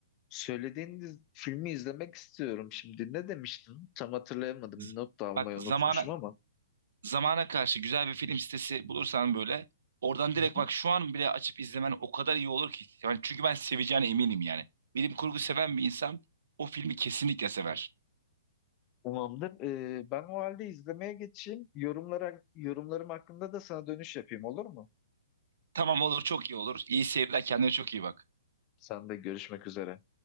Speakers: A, on the left; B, on the right.
A: söylediğiniz filmi izlemek istiyorum şimdi. Ne demiştin? Tam hatırlayamadım.
B: Z-
A: Not da almayı
B: Bak
A: unutmuşum
B: zamana
A: ama.
B: zamana karşı güzel bir film sitesi bulursan böyle oradan direkt
A: Hı hı.
B: bak şu an bile açıp izlemen o kadar iyi olur ki. Yani çünkü ben seveceğine eminim yani. Bilim kurgu seven bir insan o filmi kesinlikle sever.
A: Tamamdır. E, ben o halde izlemeye geçeyim. Yorumlara, yorumlarım hakkında da sana dönüş yapayım olur mu?
B: Tamam olur çok iyi olur. İyi seyirler kendine çok iyi bak.
A: Sen de görüşmek üzere.